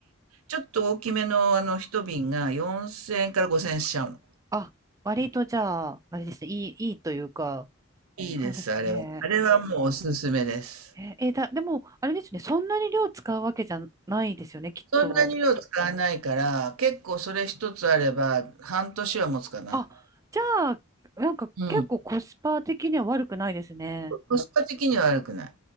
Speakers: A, on the right; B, on the right.
A: ちょっと大きめのあの一瓶が4000円から5000円しちゃうの。
B: あ、割とじゃあ、あれですね。いい、いいというか、
A: いいです、
B: そうですね。
A: あれは。あれはもうおすすめです。
B: えーえーだ、でも、あれですね。そんなに量使うわけじゃないですよね、きっと。
A: そんなに量使わないから、結構それ一つあれば半年は持つかな。
B: あ、じゃあ、なんか結構コスパ的には悪くないですね。
A: うん。コスパ的には悪くない。